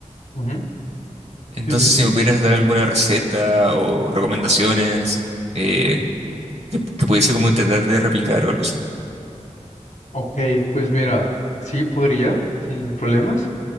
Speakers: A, on the left; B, on the right.
A: Ujú.
B: Entonces,
A: Sí, sí, sí.
B: si me pudieras dar alguna receta o recomendaciones eh, que, que pudiese como intentar de replicar o algo así.
A: Ok, pues mira, sí podría, sin problemas.